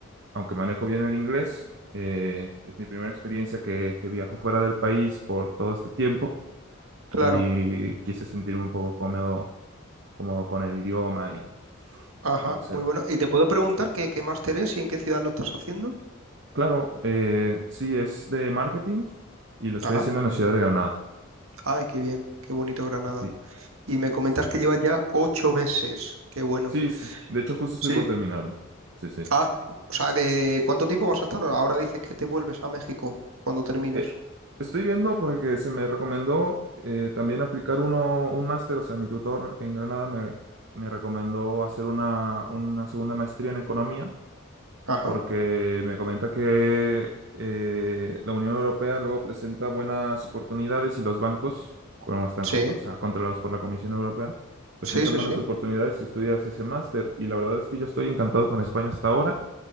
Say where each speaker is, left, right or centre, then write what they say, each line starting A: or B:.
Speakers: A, on the right; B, on the right.
A: aunque manejo bien el inglés, eh, es mi primera experiencia que, que viajo fuera del país por todo este tiempo
B: claro,
A: y quise sentirme un poco cómodo, cómodo con el idioma y,
B: ajá,
A: y no sé.
B: muy bueno. ¿Y te puedo preguntar qué, qué máster es y en qué ciudad lo estás haciendo?
A: Claro, eh, sí, es de marketing y lo estoy
B: Ajá.
A: haciendo en la ciudad de Granada.
B: Ay, qué bien, qué bonito Granada.
A: Sí,
B: Y me comentas
A: sí,
B: que llevas ya ocho meses, qué bueno.
A: sí, sí. De hecho, justo estoy
B: Sí.
A: por terminarlo. Sí, sí.
B: Ah, o sea, ¿de cuánto tiempo vas a estar? Ahora dices que te vuelves a México cuando termines.
A: Eh, estoy viendo porque se me recomendó eh, también aplicar uno, un máster, o sea, mi tutor en Granada me, me recomendó hacer una, una segunda maestría en economía
B: Ajá,
A: porque me comenta que eh, la Unión Europea luego presenta buenas oportunidades y los bancos, como están
B: sí,
A: co- o sea, controlados por la Comisión Europea, presentan
B: sí, sí,
A: buenas
B: sí.
A: oportunidades si estudias ese máster. Y la verdad es que yo estoy encantado con España hasta ahora.